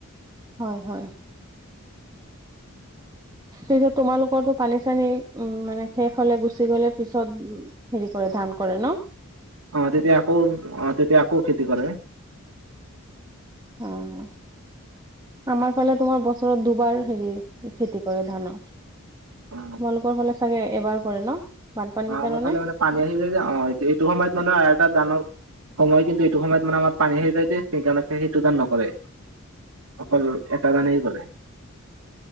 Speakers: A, on the right; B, on the right.
A: হয় হয় তাৰ পিছত তোমালোকৰটো পানী চানী উম মানে শেষ হলে গুচি গলে পিছত উ হেৰি কৰে ধান কৰে। <unintelligible> ন
B: অৱ তেতিয়া আকৌ অৱ তেতিয়া আকৌ খেতি কৰে।
A: উম। আমাৰ ফালে তোমাৰ বছৰত দুবাৰ হেৰি খেতি কৰে ধানৰ।
B: অ
A: তোমালোকৰ ফালে চাগে এবাৰ কৰে ন। বানপানীৰ
B: অৱ আমাৰ
A: কাৰণে
B: ফালে মানে পানী আহি যায় যে অৱ এইটো সময়ত মানে এটা দানৱ সময় কিন্তু এইটো সময়ত মানে আমাৰ পানী আহি যায় যে সেইকাৰণে সেই সেইটো ধান নকৰে। অকল এটা ধানেই কৰে।